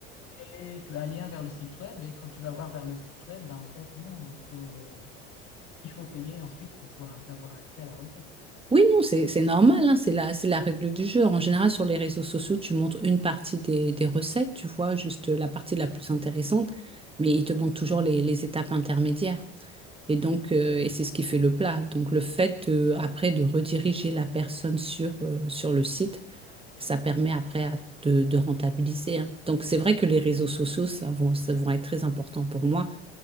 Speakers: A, on the left; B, on the right.
A: Et tu as un lien vers le site web et quand tu vas voir vers le site web, ben en fait, non, il faut, il faut payer ensuite pour pouvoir ac- avoir accès à la recette.
B: Oui, non, c'est c'est normal, hein, c'est la, c'est la règle du jeu. En général, sur les réseaux sociaux, tu montres une partie des, des recettes, tu vois, juste la partie la plus intéressante, mais il te manque toujours les, les étapes intermédiaires. Et donc, euh, et c'est ce qui fait le plat. Donc, le fait, euh, après, de rediriger la personne sur, euh, sur le site, ça permet après à- de, de rentabiliser. hein. Donc, c'est vrai que les réseaux sociaux, ça vont, ça vont être très importants pour moi